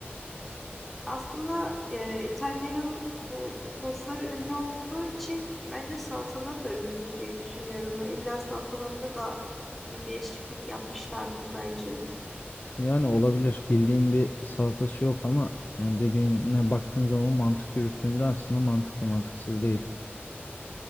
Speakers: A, in the centre; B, on the left.
A: aslında e, İtalya'nın bu sosları ünlü olduğu için bence salatalar da ünlüdür diye düşünüyorum. İlla salatalarında da bir değişiklik yapmışlardır bence.
B: Yani olabilir. Bildiğim bir salatası yok ama yani dediğine baktığın zaman mantık yürüttüğünde aslında mantıklı mantıksız değil.